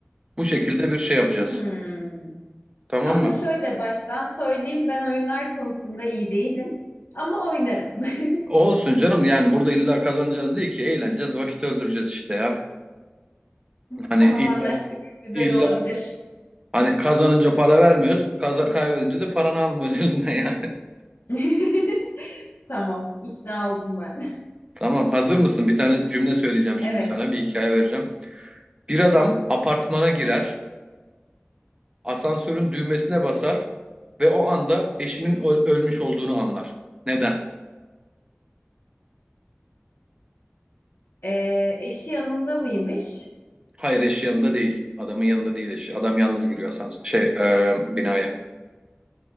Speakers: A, on the right; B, on the left.
A: Bu şekilde bir şey yapacağız.
B: Hmm.
A: Tamam
B: Ama
A: mı?
B: şöyle baştan söyleyeyim ben oyunlar konusunda iyi değilim. Ama oynarım. <laughs>
A: Olsun canım yani burada illa kazanacağız değil ki eğleneceğiz vakit öldüreceğiz işte ya. Hani
B: Tamam
A: illa,
B: anlaştık. Güzel
A: illa
B: olabilir.
A: hani kazanınca para vermiyoruz kaza, kaybedince de paranı almıyoruz <laughs> elinden yani.
B: <laughs> Tamam. ikna oldum ben.
A: Tamam hazır mısın? Bir tane cümle söyleyeceğim şimdi
B: Evet.
A: sana bir hikaye vereceğim. Bir adam apartmana girer asansörün düğmesine basar ve o anda eşinin ö- ölmüş olduğunu anlar. Neden?
B: Ee, eşi yanında mıymış?
A: Hayır eşi yanında değil adamın yanında değil eşi adam yalnız giriyor asansör şey e, binaya.